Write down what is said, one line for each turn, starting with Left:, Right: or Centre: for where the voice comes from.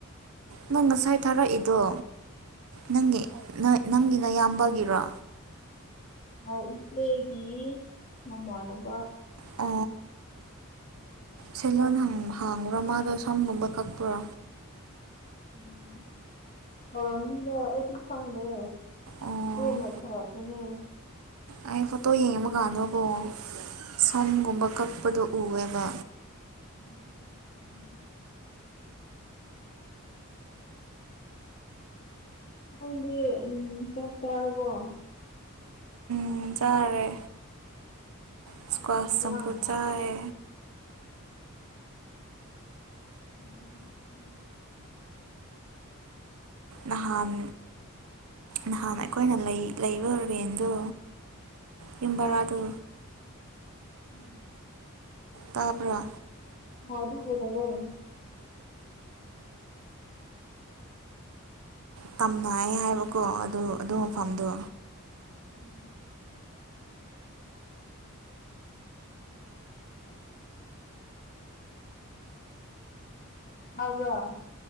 Right: ꯅꯪ ꯉꯁꯥꯏ ꯊꯥꯔꯛꯏꯗꯣ ꯅꯪꯒꯤ ꯅꯪꯒꯤꯅ ꯅꯥꯌꯥꯝꯕꯒꯤꯔꯣ
Left: ꯑꯥ ꯏꯆꯦꯒꯤ ꯃꯃꯥꯟꯅꯕ
Right: ꯑ
Left: ꯎꯝꯝ <unintelligible>
Right: ꯁꯦꯂꯂꯣꯟ ꯍꯥꯡꯕ꯭ꯔꯣ ꯃꯥꯗꯣ ꯁꯝꯒꯨꯝꯕ ꯀꯛꯄ꯭ꯔꯣ
Left: ꯎꯝ ꯍꯥꯎꯔꯝꯅꯤꯅ ꯑꯩꯗꯤ ꯈꯪꯗꯦ
Right: ꯑꯣ
Left: ꯆꯦꯟꯅ ꯊꯔꯛ ꯄꯥꯅꯦ
Right: ꯑꯩ ꯐꯣꯇꯣ ꯌꯦꯡꯕ ꯀꯥꯟꯗꯀꯣ ꯁꯝꯒꯨꯝꯕ
Left: ꯎꯝ
Right: ꯀꯛꯄꯗꯣ ꯎꯋꯦꯕ꯫
Left: ꯎꯝ ꯎꯝ ꯎꯝ ꯅꯪꯗꯤ ꯎꯝ ꯆꯥꯛ ꯆꯥꯔꯕꯣ ꯫
Right: ꯎꯝ ꯆꯥꯔꯦ ꯏꯁꯀ꯭ꯋꯥꯁ
Left: ꯏꯟꯖꯥꯡ
Right: ꯆꯝꯐꯨ ꯆꯥꯏ꯫
Left: ꯎꯝ
Right: ꯅꯍꯥꯟ ꯅꯍꯥꯟ ꯑꯩꯈꯣꯏꯅ ꯂꯩꯕ ꯔꯦꯟꯗꯣ꯫ ꯌꯨꯝ ꯕꯥꯔꯗꯣ
Left: ꯎꯝ
Right: ꯇꯥꯕ꯭ꯔꯥ
Left: ꯍꯣ ꯑꯗꯨꯒꯤꯗꯅꯦ꯫
Right: ꯇꯝꯅꯩ ꯍꯥꯏꯕꯀꯣ ꯑꯗꯨ ꯑꯗꯨ ꯃꯐꯝꯗꯣ꯫
Left: ꯎꯝ ꯇꯥꯕ꯭ꯔꯥ